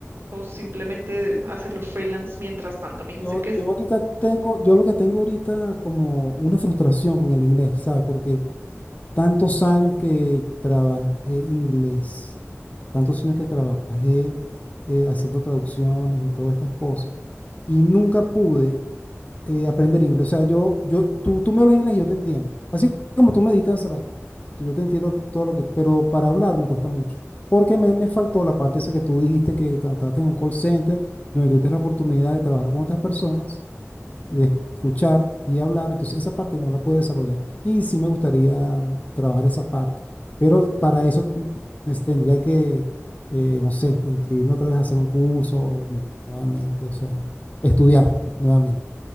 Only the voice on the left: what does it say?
Yo,
yo ahorita tengo, yo lo que tengo ahorita como una frustración con el inglés, ¿sabes? Porque tantos años que trabajé inglés, tantos años que trabajé eh, haciendo traducciones y todas estas cosas, y nunca pude eh, aprender inglés. O sea, yo, yo, tú, tú me hablas inglés y yo te entiendo. Así como tú me diste hace rato. Tú- Yo te entiendo todo lo que, pero para hablar me cuesta mucho. Porque me, me faltó la parte esa que tú dijiste que tratas en un call center, donde tuviste la oportunidad de trabajar con otras personas, de escuchar y hablar. Entonces, esa parte no la puedo desarrollar. Y sí me gustaría trabajar esa parte. Pero para eso mm, es- tendría que, eh, no sé, inscribirme otra vez a hacer un curso nu- nuevamente, o sea, estudiar nuevamente.